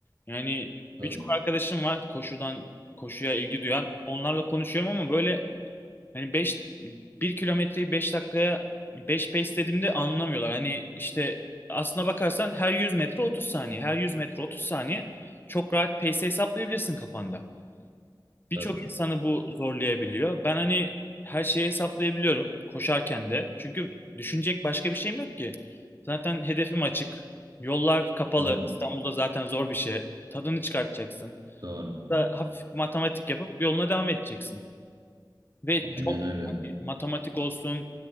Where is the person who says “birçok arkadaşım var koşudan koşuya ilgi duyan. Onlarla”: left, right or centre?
Left